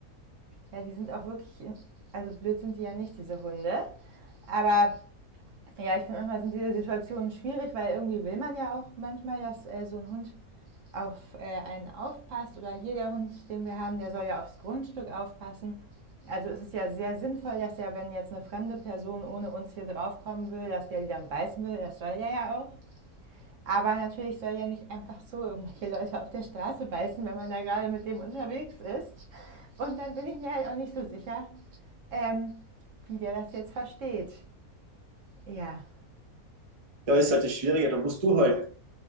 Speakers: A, on the right; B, on the right.
A: ja, die sind auch wirklich, in, also blöd sind die ja nicht, diese Hunde. Aber Ja, ich finde manchmal sind diese Situationen schwierig, weil irgendwie will man ja auch manchmal, dass äh, so ein Hund auf äh, einen aufpasst oder hier der Hund, den wir haben, der soll ja aufs Grundstück aufpassen. Also ist es ja sehr sinnvoll, dass ja, wenn jetzt eine fremde Person ohne uns hier draufkommen will, dass der die dann beißen will, das soll der ja auch. Aber natürlich soll ja nicht einfach so irgendwelche Leute auf der Straße beißen, wenn man da gerade mit dem unterwegs ist. Und dann bin ich mir halt auch nicht so sicher, ähm, wie der das jetzt versteht. Ja,
B: Da ist halt das Schwierige, da musst du halt